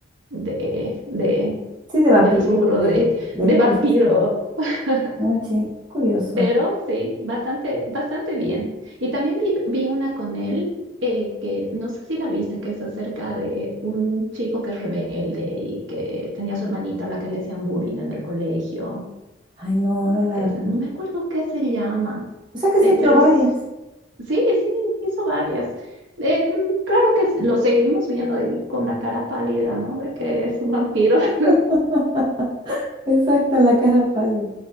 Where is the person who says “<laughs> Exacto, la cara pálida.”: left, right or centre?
Right